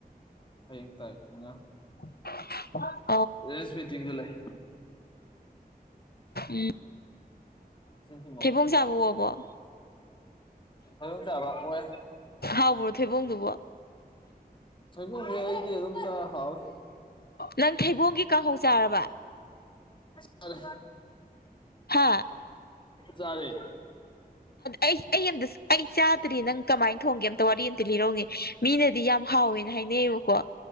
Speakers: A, on the left; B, on the left.
A: ꯍꯌꯦꯡ ꯇꯥꯏ ꯃꯉ
B: <unintelligible>
A: ꯔꯁꯃꯤꯇ ꯨꯂꯥꯏ
B: ꯎꯝ
A: ꯊꯨꯝꯕ
B: ꯊꯩꯕꯣꯡ
A: ꯑꯝꯇ ꯄꯤꯔꯛꯎ
B: ꯆꯕꯥ ꯑꯣꯛꯑꯕꯣ
A: ꯊꯣꯏꯗꯣꯡ ꯆꯥꯕ ꯑꯣꯏ
B: ꯍꯥꯎꯕꯔꯣ ꯊꯩꯕꯨꯡꯗꯨꯕꯣ
A: ꯊꯣꯏꯕꯨꯝꯁꯦ ꯑꯩꯗꯤ ꯑꯗꯨꯝ ꯆ ꯍꯥꯎꯋꯤ
B: ꯅꯪ ꯊꯩꯕꯣꯡꯒꯤ ꯀꯥꯡꯍꯧ ꯆꯥꯔꯕ
A: ꯆꯔꯦ
B: ꯍꯥꯥ
A: ꯆꯔꯦ
B: ꯑꯩ ꯑꯩ ꯑꯇ ꯑꯩ ꯆꯥꯗ꯭ꯔꯤ ꯅꯪ ꯀꯃꯥꯏꯅ ꯊꯣꯡꯒꯦ ꯑꯝꯇ ꯋꯥꯔꯤ ꯑꯃꯝꯇ ꯂꯤꯔꯧꯏꯦ ꯃꯤꯅꯗꯤ ꯌꯥꯝ ꯍꯥꯎꯋꯦꯅ ꯍꯥꯏꯅꯩꯌꯦꯕꯀꯣ